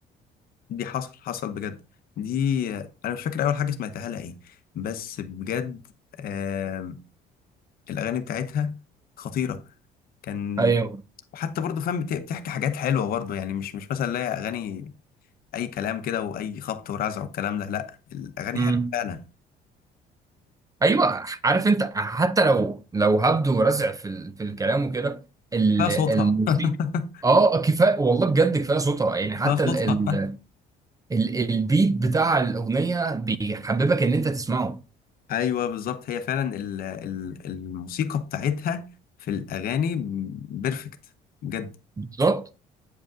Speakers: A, on the left; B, on the right.
A: دي حصل حصل بجد دي انا مش فاكر اول حاجه سمعتها لها ايه بس بجد آم... الاغاني بتاعتها خطيره كان
B: ايوه
A: وحتى برضه فاهم بت- بتحكي حاجات حلوه برضه يعني مش مش مثلا لا اغاني اي كلام كده واي خبط ورزع والكلام ده لا الاغاني
B: امم
A: حلوه فعلا
B: ايوه عارف انت حتى لو لو هبدو ورزع في ال... في الكلام وكده ال-
A: فيها صوتها
B: الموسيقى
A: <laughs>
B: اه كفايه والله بجد كفايه صوتها يعني حتى
A: فيها صوتها
B: ال... ال... ال... البيت بتاع الاغنيه بيحببك ان انت تسمعه
A: ايوه بالظبط هي فعلا ال- ال- الموسيقى بتاعتها في الاغاني بيرفكت بجد
B: بالظبط